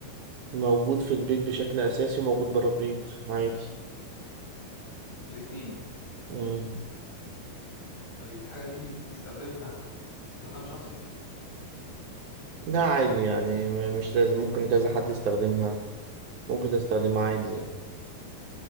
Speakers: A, on the right (about 65°); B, on the left (about 85°).
A: موجود في البيت بشكل اساسي وموجود بره البيت عادي
B: الاثنين
A: مم.
B: طيب الحاجه دي بتستخدمها استخدام شخصي
A: ده عادي يعني م- مش لازم ممكن كذا حد يستخدمها ممكن تستخدمها عادي يعني